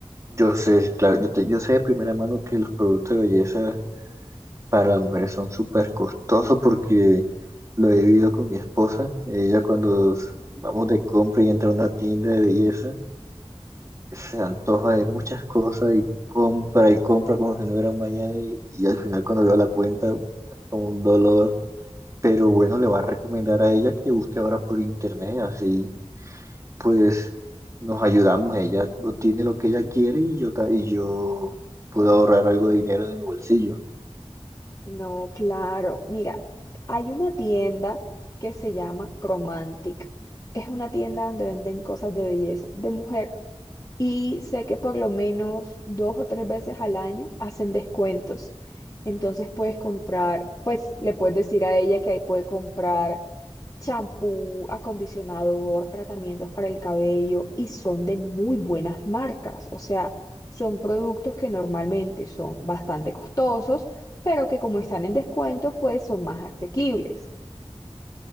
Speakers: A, on the right; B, on the left.
A: Yo sé, claro, yo, te- yo sé de primera mano que los productos de belleza para las mujeres son súper costosos porque lo he vivido con mi esposa. Ella cuando s- vamos de compra y entra a una tienda de belleza, se antoja de muchas cosas y compra y compra como si no hubiera un mañana y, y al final cuando veo la cuenta, como un dolor. Pero bueno, le va a recomendar a ella que busque ahora por internet, así pues nos ayudamos. Ella obtiene lo que ella quiere y yo, ta- y yo puedo ahorrar algo de dinero de mi bolsillo.
B: No, claro. Mira, hay una tienda que se llama Cromantic. Es una tienda donde venden cosas de belleza, de mujer. Y sé que por lo menos dos o tres veces al año hacen descuentos. Entonces puedes comprar, pues le puedes decir a ella que ahí puede comprar champú, acondicionador, tratamientos para el cabello y son de muy buenas marcas. O sea, son productos que normalmente son bastante costosos, pero que como están en descuento, pues son más asequibles.